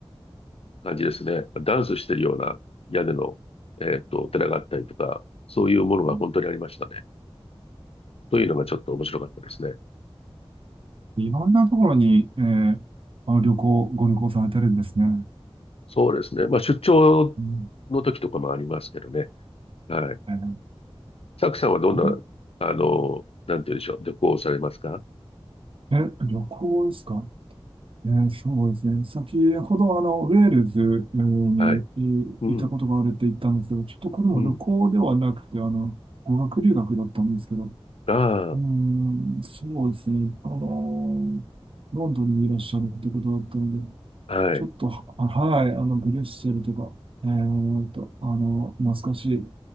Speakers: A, on the left; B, on the right.
A: 感じですね。ダンスしてるような屋根の、えーっと、お寺があったりとか、そういうものが本当にありましたね。
B: うん
A: というのがちょっと面白かったですね。
B: いろんなところに、えーあの旅行、ご旅行されてるんですね。
A: そうですね。まあ、出張
B: うん、
A: の時とかもありますけどね。はい。
B: え
A: サクさんはどんな、
B: ーん
A: あの、なんて言うんでしょう。旅行をされますか
B: え旅行ですかえーそうですね。先ほどあの、ウェールズえーにえーいたことがあるって言ったんですけど、
A: はい。うん。
B: ちょっとこれは旅行ではなくて、
A: うん。
B: あの、語学留学だったんですけど、う
A: あ
B: ーん、そうですね。あのーロンドンにいらっしゃるってことだったので、
A: あ、はい。
B: ちょっと、ははい、あの、ブリュッセルとか、えーと、あの、懐かしい